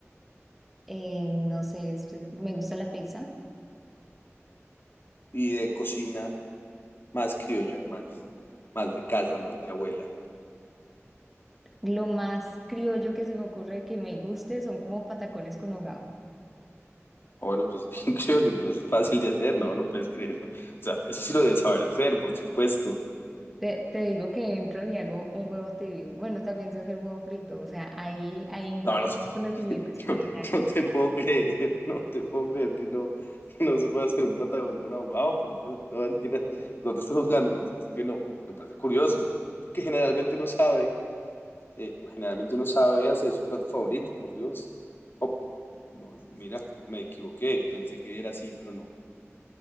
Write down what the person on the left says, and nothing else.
y de cocina más criolla, más, más de casa, más de abuela.
Ah, Bueno, pues es bien <laughs> criollo, pero eso es fácil de hacer, ¿no? No puedes creer. ¿no? O sea, eso sí lo debes saber hacer, por supuesto.
No, no, sé,
<laughs>
no, no te puedo creer, <laughs> no te puedo creer que no, que no se pueda hacer un patagón con abogado, por Dios. No, mentiras. no te estoy juzgando, por supuesto que no. Me parece curioso, porque generalmente uno sabe eh, generalmente uno sabe hacer su plato favorito, por Dios. Oh, no, mira, me equivoqué, pensé que era así, pero no.